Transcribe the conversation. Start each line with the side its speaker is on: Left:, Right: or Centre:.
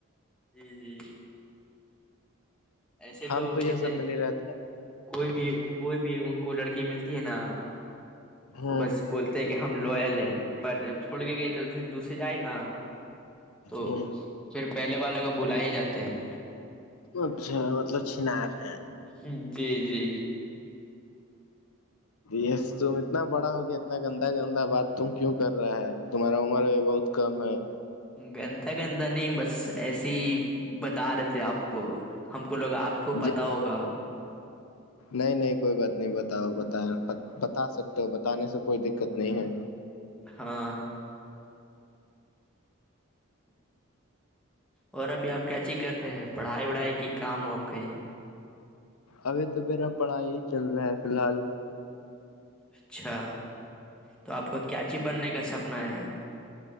Centre: جی جی ایسے
Left: ہم
Centre: تو
Left: یہ
Centre: جیسے
Left: سب میں نہیں رہتا
Centre: کوئی بھی کوئی بھی ان کو لڑکی ملتی ہے نا
Left: ہوں
Centre: تو بس بولتے ہیں کہ ہم لوئل ہے پر جب چھوڑ کے گئے تو پھر دوسرے جائے نا تو
Left: ہوں
Centre: پھر پہلے والے کو بلا ہی جاتے ہیں
Left: اچھا مطلب چنار ہے
Centre: جی جی
Left: یس تم اتنا بڑا ہوگیا اتنا گندا گندا بات تم کیوں کر رہا ہے تمہارا عمر بھی بہت کم ہے
Centre: گندہ گندہ نہیں بس ایسے ہی بتا رہے تھے آپ کو ہم کو لوگا آپ کو
Left: جی
Centre: پتا ہوگا
Left: نہیں نہیں کوئی بات نہیں بتاؤ بتا بتا سکتے ہو بتانے سے کوئی دقت نہیں ہے
Centre: ہاں اور ابھی آپ کیا چی کر رہے ہیں پڑھائی وڑھائی کی کام ہو ہم کہیں
Left: ابھی تو میرا پڑھائی ہی چل رہا ہے فی الحال
Centre: اچھا تو آپ کا کیاچی بننے کا سپنا ہے